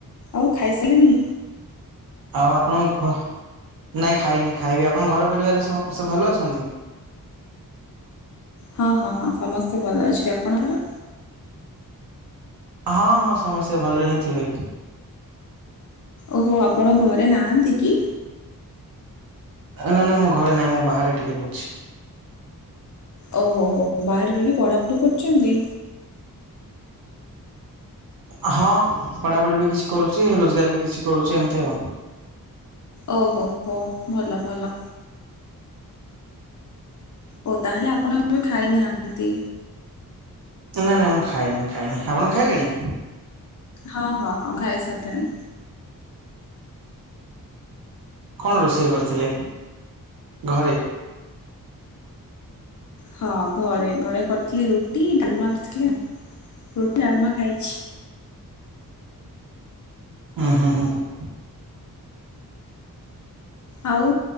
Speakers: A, on the left; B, on the right.
A: ଆଉ ଖାଇସାଲେଣି?
B: ଆଉ ଆପଣଙ୍କ ନାଇଁ ଖାଇନି ଖାଇବି, ଆପଣ ଘର ପରିବାରରେ ସମସ୍ତେ ଭଲ ଅଛନ୍ତି?
A: ହଁ ହଁ ହଁ ସମସ୍ତେ ଭଲ ଅଛତି, ଆପଣଙ୍କର?
B: ହଁ ହଁ ସମସ୍ତେ ଭଲରେ ହିଁ ଥିବେ।
A: ଓହୋ ଆପଣ ଘରେ ନାହାନ୍ତି କି?
B: ଆ ନାଁ ନାଁ ମୁଁ ଘରେ ନାଇଁ ମୁଁ ବାହାରେ ଟିକେ ରହୁଛି।
A: ଓହୋ ହୋ ବାହାରେ ରହିକି ପଢ଼ାପଢ଼ି କରୁଚନ୍ତି?
B: ଅ ହଁ ପଢ଼ାପଢ଼ି ବି କିଛି କରୁଚି ରୋଜଗାର ବି କିଛି କରୁଚି ଏମତି ଆଉ।
A: ଓହୋ ହୋ ଭଲ ଭଲ। ଓ ତାହେଲେ ଆପଣ ଏବେ ଖାଇନାହାନ୍ତି?
B: ଏ ନାଇଁ ନାଇଁ ମୁଁ ଖାଇନି ଖାଇନି, ଆପଣ ଖାଇଲେଣି?
A: ହଁ ହଁ ହଁ ଖାଇ ସାରଲିଣି।
B: କଣ ରୋଷେଇ କରିଥିଲେ ଘରେ?
A: ହଁ ଘରେ ଘରେ କରିଥିଲେ ରୁଟି ଡାଲମା କରିଥିଲେ ଆଉ ରୁଟି ଡାଲମା ଖାଇଛି।
B: ଉଁ ହୁଁ ହୁଁ।
A: ଆଉ